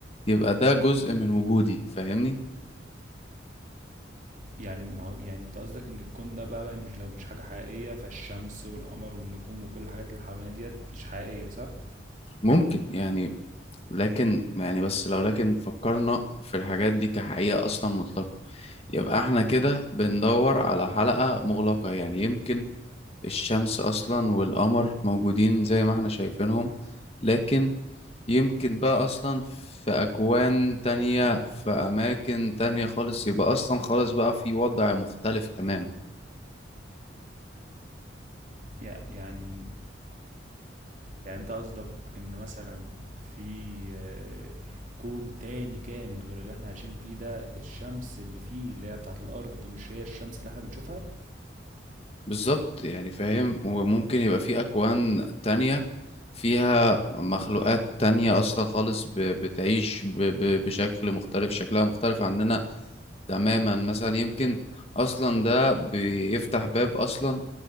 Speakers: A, on the left (about 30°); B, on the right (about 40°).
A: يبقى ده جزء من وجودي فاهمني
B: يعني ما هو يعني انت قصدك ان الكون ده بقى, بقى مش لو مش حاجة حقيقية فالشمس والقمر والنجوم وكل الحاجات اللي حوالينا ديت مش حقيقية صح؟
A: ممكن يعني لكن يعني بس لو لكن فكرنا في الحاجات دي كحقيقة أصلا مطلقة يبقى احنا كده بندور على حلقة مغلقة يعني يمكن الشمس أصلا والقمر موجودين زي ما احنا شايفينهم لكن يمكن بقى أصلا في أكوان تانية في أماكن تانية خالص يبقى أصلا خالص بقى في وضع مختلف تمام
B: يع- يعني يعني انت قصدك ان مثلا في آه، كون تاني كامل غير اللي احنا عايشين فيه ده الشمس اللي فيه اللي هي بتاعت الارض مش هي الشمس اللي احنا بنشوفها
A: بالظبط يعني فاهم وممكن يبقى في أكوان تانية فيها مخلوقات تانية أصلا خالص ب- بتعيش ب- ب- بشكل مختلف شكلها مختلف عننا تماما مثلا يمكن أصلا ده بيفتح باب أصلا